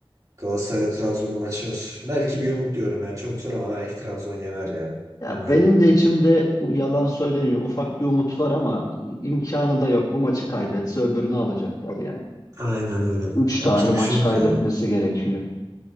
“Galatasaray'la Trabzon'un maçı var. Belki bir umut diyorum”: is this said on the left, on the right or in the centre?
Right